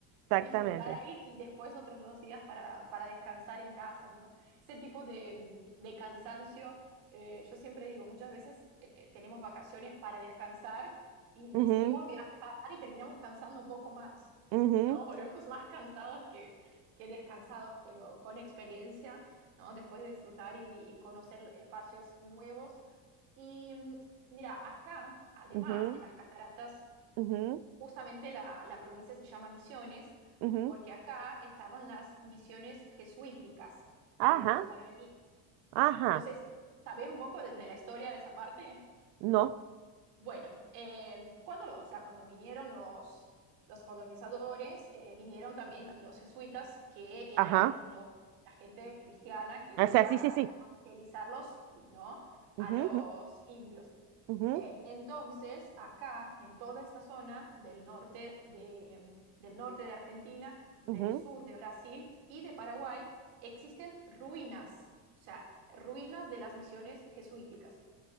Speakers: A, on the right; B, on the right.
A: exactamente.
B: disfrutar ahí y después otros dos días para, para descansar en casa, ¿no? Ese tipo de, de cansancio, eh, yo siempre digo, muchas veces eh, tenemos vacaciones para descansar y decidimos
A: Ujú,
B: viajar y terminamos cansando un poco más,
A: ujú,
B: ¿no? <laughs> Volvemos más cansados que, que descansados, pero con experiencia, ¿no? Después de disfrutar y, y conocer espacios nuevos. Y mm, mira, acá, además
A: ujú,
B: de las cataratas,
A: ujú,
B: justamente la, la provincia se llama Misiones,
A: ujú.
B: porque acá estaban las misiones jesuíticas de
A: Ajá.
B: los guaraníes.
A: Ajá,
B: No sé, si- ¿sabés un poco de, de la historia de esa parte?
A: no,
B: Bueno, eh, cuando, o sea, cuando vinieron los, los colonizadores, eh, vinieron también los jesuitas, que eran
A: ajá.
B: los, la gente cristiana que
A: O
B: iba
A: sea, sí,
B: a
A: sí, sí.
B: evangelizarlos, ¿no?
A: Ujú,
B: a los indios.
A: ujú,
B: Eh, entonces, acá, en toda esta zona del norte de, mm, del norte de Argentina, del
A: ujú,
B: sur de Brasil y de Paraguay, existen ruinas, o sea, ruinas de las misiones jesuíticas.